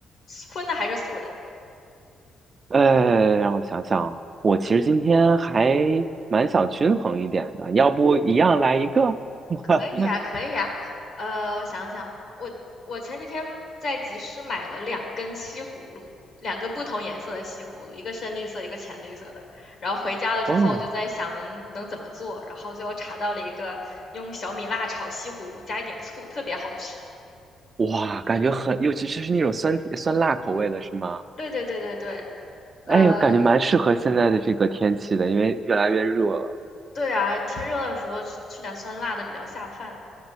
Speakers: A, on the left; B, on the right.
A: 荤的还是素的？
B: 呃，让我想想，我其实今天还蛮想均衡一点的，要不一样来一个？<laughs>
A: 可以啊，可以啊，呃，我想想，我我前几天在集市买了两根西葫芦，两根不同颜色的西葫芦，一个深绿色，一个浅绿色的。然后回家了之后，
B: 哦，
A: 我就在想能能怎么做，然后最后查到了一个用小米辣炒西葫芦，加一点醋，特别好吃。
B: 哇，感觉很，尤其是那种酸甜酸辣口味的是吗？
A: 对对对对对，呃，
B: 哎呦，感觉蛮适合现在的这个天气的，因为越来越热了。
A: 对啊，天热的时候吃吃点酸辣的比较下饭了